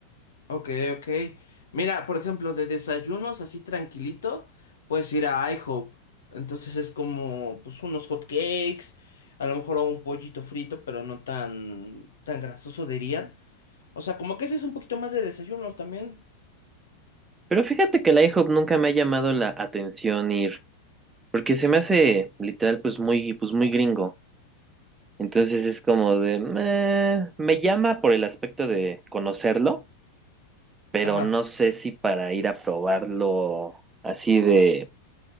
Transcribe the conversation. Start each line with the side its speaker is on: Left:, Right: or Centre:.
Left: Ok, ok. Mira, por ejemplo, de desayunos así tranquilito, puedes ir a IHOP. Entonces es como, pues, unos hot cakes, a lo mejor un pollito frito, pero no tan, tan grasoso dirían. O sea, como que ese es un poquito más de desayunos también.
Right: Pero fíjate que la IHOP nunca me ha llamado la atención ir, porque se me hace literal pues muy, pues muy gringo. Entonces es como de, "Nah". me llama por el aspecto de conocerlo, pero
Left: Ajá.
Right: no sé si para ir a probarlo así de